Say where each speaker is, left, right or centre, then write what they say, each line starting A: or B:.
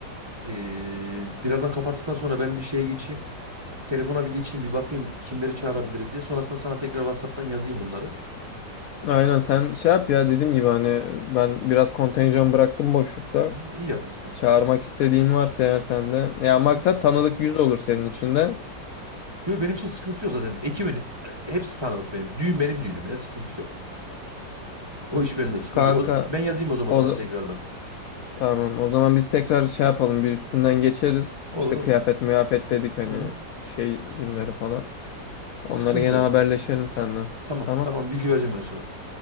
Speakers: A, on the right; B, on the left.
A: E, birazdan kapattıktan sonra ben bir şeye geçeyim. Telefona bir geçeyim bir bakayım kimleri çağırabiliriz diye. Sonrasında sana tekrar WhatsApp'tan yazayım bunları.
B: Aynen sen şey yap ya dediğim gibi hani ben biraz kontenjan bıraktım boşlukta.
A: Hı, iyi yapmışsın.
B: Çağırmak istediğin varsa eğer sende. Ya maksat
A: Hı hı.
B: tanıdık yüz olur senin için de.
A: Yok benim için sıkıntı yok zaten. Ekibin hepsi tanıdık benim. Düğün benim düğünüm ya sıkıntı yok. O iş bende sıkıntı
B: Kanka
A: yok. O- ben yazayım o zaman
B: o
A: sana
B: za-
A: tekrardan.
B: tamam o zaman biz tekrar şey yapalım bir üstünden geçeriz.
A: Olur
B: İşte
A: olur.
B: kıyafet müyafet dedik hani
A: Hı hı.
B: şey günleri falan. Onları
A: Sıkıntı
B: yine
A: yok.
B: haberleşelim seninle.
A: Tamam
B: Tamam.
A: tamam bilgi vereceğim ben sana.